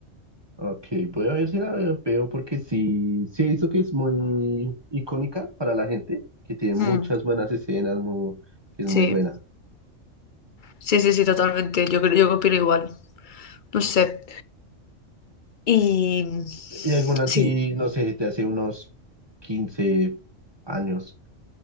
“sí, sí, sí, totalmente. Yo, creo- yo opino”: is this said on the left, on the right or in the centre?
Left